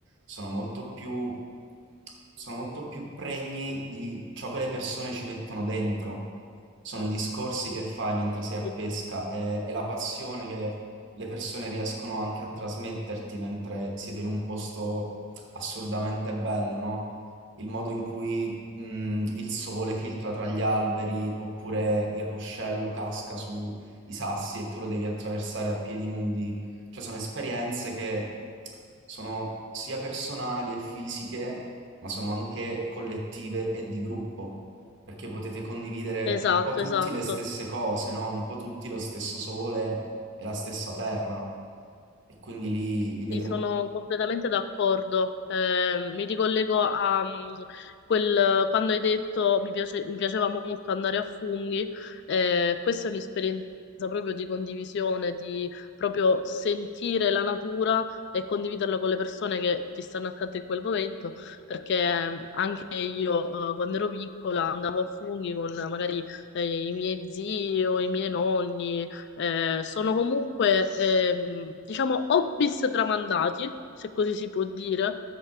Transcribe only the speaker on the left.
Sì.
Esatto,
esatto.
Sì, Sono completamente d'accordo. Eh, mi ricollego a mm, quel quando hai detto mi piace- mi piaceva molto andare a funghi. eh, questa è un'esperienza proprio di condivisione, di proprio sentire la natura e condividerla con le persone che ti stanno accanto in quel momento. Perché ehm, anche io, eh, quando ero piccola, andavo a funghi con eh, magari eh, i miei zii o i miei nonni eh, sono comunque, ehm, diciamo, hobbies tramandati, se così si può dire,